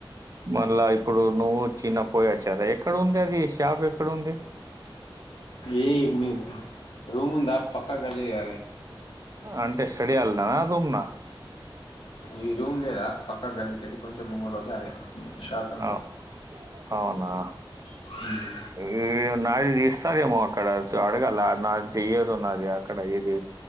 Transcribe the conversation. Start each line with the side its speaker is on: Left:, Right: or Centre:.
Right: మళ్ళా ఇప్పుడు నువ్వు చిన్న పోయచ్చారా ఎక్కడ ఉంది అది షాప్ ఎక్కడ ఉంది
Left: ఏ మీ రూముంద పక్కా కలి అవే
Right: అంటే స్టడీయాలదనా రూమ్నా
Left: ఈ రూ ఉండేదా పక్క గల్లికెళ్ళి కొంచెం ముంగడు రోజు అదే షాపే
Right: ఆ అవునా
Left: ఉంటుంది
Right: ఈ నాడు సరేమో అక్కడ అడగాల నా చెయ్యదున్నది అక్కడ ఇది